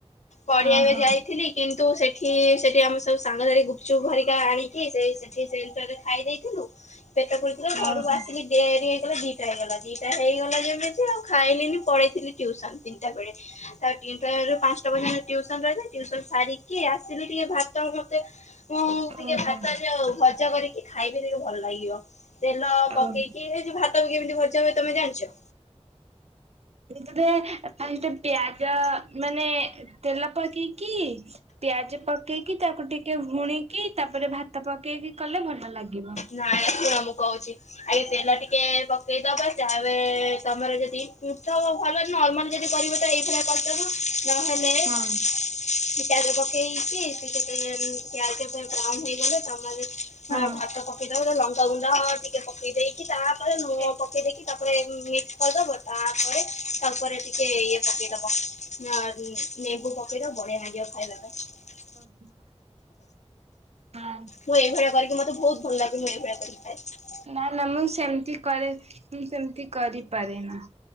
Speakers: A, on the left (about 85°); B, on the right (about 65°).
A: ପଢିବା
B: ଓହୋ
A: ପାଇ ଯାଇଥିଲି। କିନ୍ତୁ ସେଠି ସେଠି ଆମେ ସବୁ ସାଙ୍ଗ ଧରି ଗୁପଚୁପ ଭରିକା ଆଣିକି ସେ ସେଠି ସେ ଭିତରେ ଖାଇ ଦେଇଥିଲୁ। ପେଟ ପୁରିଥିଲା ଘରକୁ
B: ଓହୋ
A: ଆସିଲି। ଡେରି ହେଇଗଲା ଦିଟା ହେଇଗଲା ଦିଟା ହେଇଗଲା ଯେମିତି ଆଉ ଖାଇଲିନି ପଳେଇଥିଲି ଟ୍ୟୁସନ। ତା ତିନିଟା ରୁ ପାଞ୍ଚ ସନ ପଯ୍ୟନ୍ତ ଟ୍ୟୁସନ ରହିଲା ଟ୍ୟୁସନ ସାରିକି ଆସିଲି ଟିକେ ଭାତ ମତେ ମୁଁ ଟିକେ
B: ଓହୋ
A: ଭାତ ଯାଉ ଭଜା କରିକି ଖାଇବି <unintelligible> ଭଲ ଲାଗିବ। ତେଲ
B: ଓ
A: ପକେଇକି ଏ ଯୋଉ ଭାତ ବି କେମିତି ଭଜା ହୁଏ ତମେ ଜାଣିଛ?
B: ଏଇଥିରେ ଫାଷ୍ଟ ପିଆଜ ମାନେ ତେଲ ପକେଇକି ପିଆଜ ପକେଇକି ତାକୁ ଟିକେ ଭୁଣିକି ତାପରେ ଭାତ ପକେଇକି କଲେ ଭଲ ଲାଗିବ।
A: ନାଇଁ ଶୁଣ ମୁଁ କହୁଛି ଆଗେ ତେଲ ଟିକେ ପକେଇଦବ ଯାହାବେ ତମର ଯଦି ପୃଥ ଭଲ ନର୍ମାଲ ଯଦି କରିବ ତ ଏଇଥରେ କରିଦବ ନହେଲେ
B: ହଁ।
A: ପିଆଜ ପକେଇଛି ସେ କେତେ ପିଆଜ ବ୍ରାଉନ ହେଇଗଲେ ତମମାନେ ହାଁ
B: ହଁ
A: ଭାତ ପକେଇଦବ ତାପରେ ଲଙ୍କାଗୁଣ୍ଡା ହଳ ଟିକେ ପକେଇ ଦେଇକି ତାପରେ ଲୁଣ
B: ସେ
A: ପକେଇ ଦେଇକି ତାପରେ ମିକ୍ସ କରିଦବ ତାପରେ ତାପରେ ଟିକେ ଇଏ ପକେଇଦବ। ଆଃ ନେମ୍ବୁ ପକେଇଦବ ବଢିଆ ନାଗିବ ଖାଇବା ପାଇଁ।
B: <unintelligible> ହଁ।
A: ମୁଁ ଏଇଭଳିଆ କରିକି ମତେ ବହୁତ ଭଲ ଲାଗେ ମୁଁ ଏଇଭଳିଆ କରିକି ଖାଏ।
B: ନା ନା ମୁଁ ସେମିତି କରେ ମୁଁ ସେମିତି କରିପାରେ ନା।